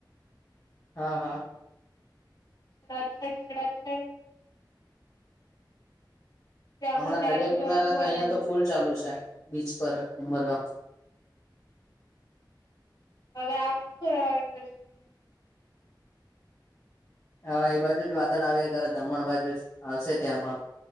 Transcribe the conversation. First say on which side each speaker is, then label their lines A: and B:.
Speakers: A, on the left; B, on the left.
A: હા હા
B: છડાછડ છડાછડ કે આખું
A: હમણાં
B: ટેરેસ
A: દરિયા કિનારે
B: ભરાઈ
A: તો અહિયાં
B: ગયું
A: તો ફૂલ ચાલુ છે બીચ પર ઉમરગાં.
B: હવે આવશે થોડા વાર પછે અહીં
A: હવે એ બાજુ જ વાદળ આવ્યા કરે દમણ બાજુ જ આવશે ત્યાં પણ.